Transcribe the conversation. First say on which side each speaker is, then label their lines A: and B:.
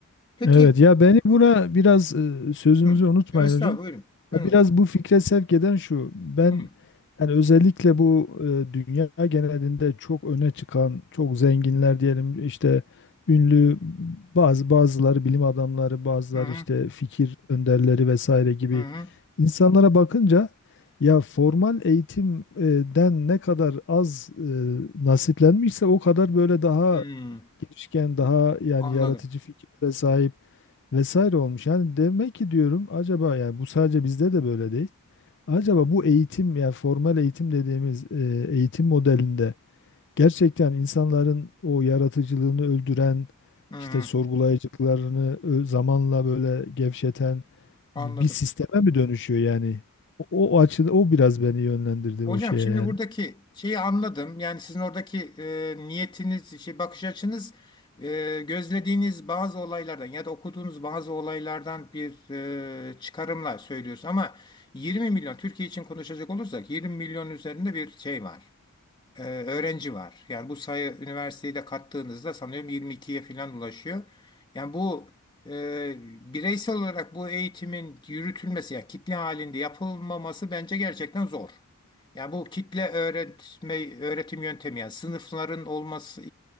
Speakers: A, on the left; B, on the left.
A: Peki,
B: Evet ya beni buna biraz e, sözünüzü
A: hı.
B: unutmayın
A: Ya estağfurullah,
B: hocam.
A: buyurun. Buyurun.
B: Ya biraz bu fikre sevk eden şu. Ben
A: Hı.
B: yani özellikle bu e, dünya genelinde çok öne çıkan, çok zenginler diyelim işte ünlü bazı bazıları bilim adamları, bazıları
A: Hı hı.
B: işte fikir önderleri vesaire gibi
A: Hı hı.
B: insanlara bakınca ya formal eğitimden ne kadar az e, nasiplenmişse o kadar böyle daha
A: Hı.
B: girişken, daha yani
A: Anladım.
B: yaratıcı fikirlere sahip vesaire olmuş. Yani demek ki diyorum acaba yani bu sadece bizde de böyle değil. Acaba bu eğitim yani formal eğitim dediğimiz e, eğitim modelinde gerçekten insanların o yaratıcılığını öldüren
A: Hı hı.
B: işte sorgulayıcılıklarını ö- zamanla böyle gevşeten
A: Anladım.
B: bir sisteme mi dönüşüyor yani? O, o açıda o biraz beni yönlendirdi
A: Hocam
B: o şeye
A: şimdi
B: yani.
A: buradaki şeyi anladım. Yani sizin oradaki e, niyetiniz, şey bakış açınız e, gözlediğiniz bazı olaylardan ya da okuduğunuz bazı olaylardan bir e, çıkarımla söylüyorsunuz. Ama 20 milyon Türkiye için konuşacak olursak 20 milyon üzerinde bir şey var e, öğrenci var. Yani bu sayı üniversiteyi de kattığınızda sanıyorum yirmi ikiye falan ulaşıyor. Yani bu e, bireysel olarak bu eğitimin yürütülmesi, yani kitle halinde yapılmaması bence gerçekten zor. Yani bu kitle öğretme öğretim yöntemi yani sınıfların olması